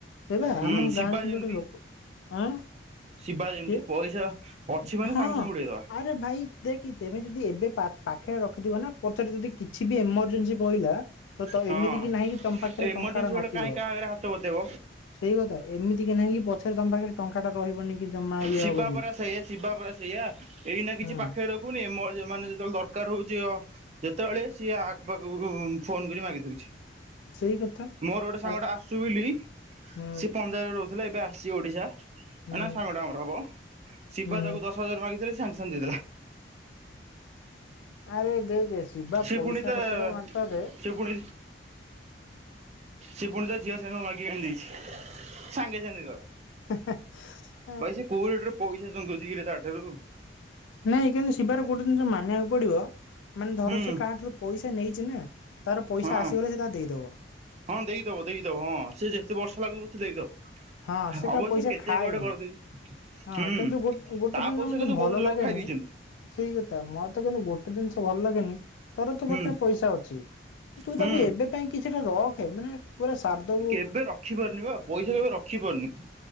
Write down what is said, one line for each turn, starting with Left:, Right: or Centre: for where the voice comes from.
Left: ସେଇ ବା
Right: ହୁଁ
Left: ଆମ ଗାଁ
Right: ଶିବା
Left: ରେ ସେମିତି
Right: ଯେମିତି
Left: ଗୋଟେ ଲୋକ ଆଁ
Right: ଶିବା ଯେମିତି
Left: କିଏ
Right: ପଇସା ଅଛି ମାନେ
Left: ହଁ
Right: ସାଙ୍ଗେ ସାଙ୍ଗେ ଉଡେଇଦବା।
Left: ଆରେ ଭାଇ ଦେଖି ତେମେ ଯଦି ଏବେ ପା ପାଖେରେ ରଖିଥିବ ନା ପଛରେ ଯଦି କିଛି ବି ଏମରଜେନ୍ସି ପଇଲା ତ ତ
Right: ହଁ
Left: ଏମିତି କିି ନାହିଁ କି ତମ ପାଖରେ
Right: ଏମର୍ଜେନ୍ସି
Left: ଟଙ୍କା ଟା
Right: ବେଳେ
Left: ନଥିବ।
Right: କାହିଁ କାହା ଆଗରେ ହାତ ବତେଇବ
Left: ସେଇକଥା ଏମିତି କି ନାହିଁକି ପଛରେ ତମ ପାଖରେ ଟଙ୍କା ଟା ରହିବନି କି ଜମା ଇଏ
Right: ଶିବା
Left: ହବନି
Right: ପରା ସେଇୟା ଶିବା ପରା ସେଇୟା ଏଇ ନା କିଛି
Left: ହୁଁ।
Right: ପାଖେ ରଖ ଫୁନି ମୋ ମାନେ ଯେତେବେଳେ ଦରକାର ହଉଚି ଅ। ଯେତେବେଳେ ସିଏ ଆଖ ପାଖକୁ ଫୋନ କରି ମାଗିଦଉଛି।
Left: ସେଇ କଥା
Right: ମୋର ଗୋଟେ ସାଙ୍ଗଟା
Left: ଆରେ
Right: ଆସୁ ବିଲି
Left: ହୁଁ
Right: ସେ ପଞ୍ଜାଵରେ ରହୁ ଏବେ ଆସିଛି ଓଡ଼ିଶା ମାନେ
Left: ହୁଁ
Right: ସାଙ୍ଗଟା ଆମର ହବ ସିଵା
Left: ହୁଁ ହୁଁ
Right: ତାକୁ ଦଶହ ହଜାର ମାଗିଥିଲି ସାଙ୍ଗେ ସାଙ୍ଗେ ଦେଇ ଦେଲା।
Left: ଆରେ ଦେଖେ ଶିବା
Right: ସେ
Left: ପଇସା
Right: ପୁଣି ତା
Left: ପତ୍ର ମାଟର ରେ।
Right: ସେ ପୁଣି ସେ ପୁଣି ତା ଝିଅ ସାଙ୍ଗ ମାଗିକି ଆଣି ଦେଇଛି ସାଙ୍ଗେ ସାଙ୍ଗେ ଦେଇଦେଲା।
Left: ହେ ହେ
Right: ଭାଇ ସେ କୋଉ ରେଟରେ ପଇସା ଚନ୍ଦଉଛି କିରେ ତା ଠାରୁ।
Left: ନାଇଁ କିନ୍ତୁ ଶିବାର ଗୋଟେ ଯିନିଷ ମାନିବାକୁ ପଡିବ ମାନେ ଧର
Right: ହୁଁ
Left: ସେ କାହାଠାରୁ ପଇସା ନେଇଛି ନା। ତାର ପଇସା
Right: ହଁ
Left: ଆସିଗଲେ ସେ ତା ଦେଇଦବ।
Right: ହଁ ଦେଇଦବ ଦେଇଦବ ହଁ ସେ ଯେତେ ବର୍ଷ ଲାଗୁ ସେ ଦେଇଦବ।
Left: ହଁ ସେ
Right: ଅବଶ୍ୟ
Left: କା ପଇସା
Right: କେତେ
Left: ଖାଏନି
Right: ଗୋଟେ କରିଦେଇଛି
Left: ହଁ
Right: ହୁଁ
Left: କିନ୍ତୁ ଗୋ ଗୋଟେ
Right: ତା
Left: ଜିନିଷ
Right: ପଇସା
Left: ମତେ
Right: କିନ୍ତୁ ବହୁତ ଲୋକ
Left: <inaudible>
Right: ଖାଇ ଦେଇଛନ୍ତି
Left: ସେଇ କଥା ମତେ କିନ୍ତୁ ଗୋଟେ ଜିନିଷ ଭଲ ଲାଗେନି <unintelligible> ତୋ
Right: ହୁଁ
Left: ପାଖରେ ପଇସା ଅଛି। ତୁ ତୁ
Right: ହୁଁ
Left: ତାକୁ ଏବେ ପାଇଁ କିଛିଟା ରଖେ ମାନେ ପୁରା ସାରଦବୁ।
Right: ଏବେ ରଖିପାରୁନି ବା ପଇସା କେବେ ରଖିପାରୁନି।